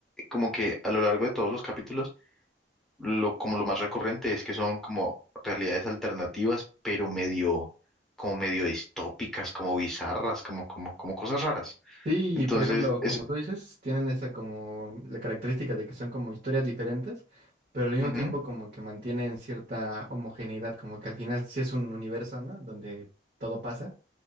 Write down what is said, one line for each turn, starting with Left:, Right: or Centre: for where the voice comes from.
Centre: como que a lo largo de todos los capítulos, lo, como lo más recurrente es que son como realidades alternativas, pero medio, como medio distópicas, como bizarras, como, como, como cosas raras.
Right: Sí,
Centre: Entonces,
Right: y por ejemplo,
Centre: es,
Right: como tú dices, tienen esa como la característica de que son como historias diferentes, pero al mismo
Centre: ujú,
Right: tiempo como que mantienen cierta homogeneidad, como que al final sí es un universo, ¿no? Donde todo pasa,